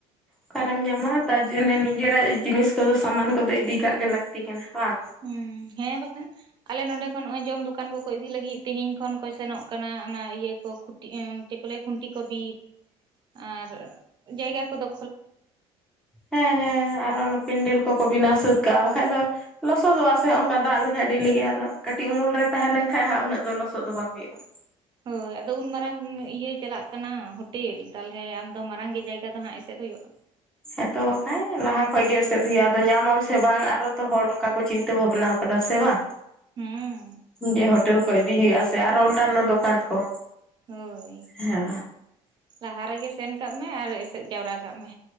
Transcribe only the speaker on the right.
ᱦᱩᱸ ᱦᱮᱸ ᱵᱟᱠᱷᱟᱱ ᱟᱞᱮ ᱱᱚᱸᱰᱮ ᱠᱷᱚᱱ ᱱᱚᱜᱼᱚᱭ ᱡᱚᱢ ᱫᱚᱠ <inaudible> ᱫᱚᱠᱟᱱ ᱠᱚᱠᱚ ᱤᱫᱤ ᱞᱟᱹᱜᱤᱫ ᱛᱮᱦᱮᱧ ᱠᱷᱚᱱ ᱠᱚ ᱥᱮᱱᱚᱜ ᱠᱟᱱᱟ ᱚᱱᱟ ᱤᱭᱟᱹ ᱠᱚ ᱠᱩᱴᱤ ᱪᱮᱫ ᱠᱚ ᱞᱟᱹᱭᱟ ᱠᱷᱩᱱᱴᱤ ᱠᱚ ᱵᱤᱫ᱾ ᱟᱨ ᱡᱟᱭᱜᱟ ᱠᱚᱫᱚ
ᱦᱳᱭ ᱟᱫᱚ ᱩᱱ ᱢᱟᱨᱟᱝ ᱤᱭᱟᱹ ᱪᱟᱞᱟᱜ ᱠᱟᱱᱟ ᱦᱳᱴᱮᱞ ᱛᱟᱦᱚᱞᱮ ᱟᱢ ᱫᱚ ᱢᱟᱨᱟᱝ ᱜᱮ ᱡᱟᱭᱜᱟ ᱫᱚ ᱦᱟᱸᱜ ᱮᱥᱮᱫ ᱦᱩᱭᱩᱜᱼᱟ
ᱦᱩᱸ
ᱦᱳᱭ
ᱞᱟᱦᱟ ᱨᱮᱜᱮ ᱥᱮᱱ ᱠᱟᱜ ᱢᱮ ᱟᱨ ᱮᱥᱮᱫ ᱡᱟᱣᱨᱟ ᱠᱟᱜ ᱢᱮ᱾